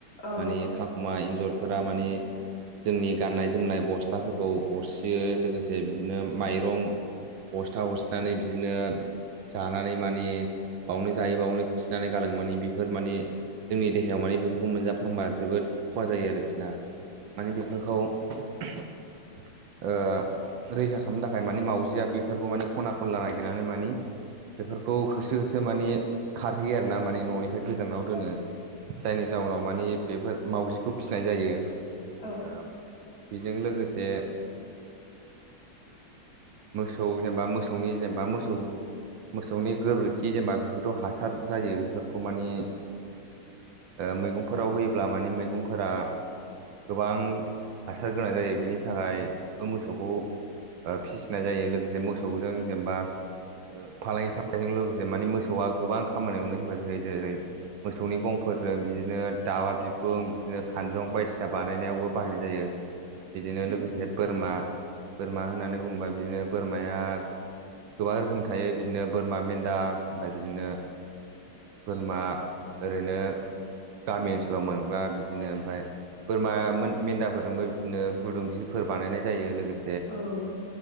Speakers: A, on the left (about 45°); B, on the right (about 70°).
A: औ
B: माने खांखमा एन्जर फोरा माने जोंनि गाननाय जोमनाय गस्लाफोरखौ अरस्रियो लोगोसे बि बिदिनो माइरं बस्था अरसिनानै बिदिनो जानानै मा माने बावनो जायो बावनो खिनानै गालांङो माने बेफोर माने जोंनि देहायाव मानि बेफोरखौ मोनजाफ्लांबा जोबोद खहा जायो आरोखि ना माने बेफोरखौ <unintelligible> ओ रैखा खालामनो थाखाय मानि मावजिया बेफोरखौ माने खना खनला नागिरनानै मानि बेफोरखौ होसो होसो माने खारहैयो आरोना माने ननिफ्राय गोजानाव दोनो जायनि जाउनाव मानि बेफोर मावउजिखौ फिसिनाय जायो।
A: औ
B: ओम बेजों लोगोसे मोसौ जेनेबा मोसौनि जेनेबा मोसौ मोस सौनि गोबोरखि जेनेबा बेफोरथ हासार जायो बेफोरखौ मानि ओ मैगं फोराव होयोब्ला माने मैगंफोरा गोबां हासार गोनां जायो बेनि थाखाय बोमोसौखौ ओ फिसिनाय जायो लोगोसे मोसौजों जेनेबा ओ फालांगि खा जों लोगोसे मानि मोसौआ गोबां खामानियावनो हेफाजाब होयो जे-जेरै मोसौनि गंफोरजों बिदिनो दाबा बिखुं बिदिनो खानजं बायदिसिना बानायनायावबो बाहायनाय जायो बिदिनो लोगोसे बोरमा बोरमा होननानै बुङोबा बिदिनो बोरमाया गोबां रोखोम थायो बिदिनो बोरमा मेन्दा ओमफ्राय बिदिनो बोरमा ओरैनो गामि ओनसोलाव मोनग्रा बिदिनो ओमफाय बोरमा मोन मेन्दाफोरजोंबो बिदिनो गुदुं जिफोर बानायनाय जायो लोगोसे
A: औ